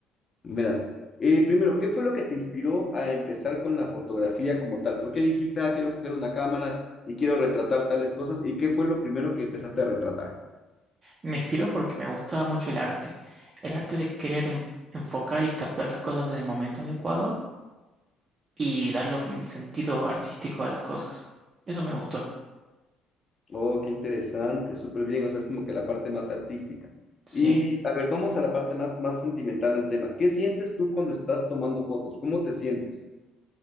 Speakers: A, on the left; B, on the right.
A: Verás, eh, primero, ¿qué fue lo que te inspiró a empezar con la fotografía como tal? ¿Por qué dijiste, ah, quiero coger una cámara y quiero retratar tales cosas? ¿Y qué fue lo primero que empezaste a retratar?
B: Me inspiró porque me gustaba mucho el arte. El arte de querer enf- enfocar y captar las cosas en el momento adecuado y darle un sentido artístico a las cosas. Eso me gustó.
A: Oh, qué interesante, súper bien, o sea, es como que la parte más artística.
B: Sí,
A: Y a ver, vamos a la parte más, más sentimental del tema. ¿Qué sientes tú cuando estás tomando fotos? ¿Cómo te sientes?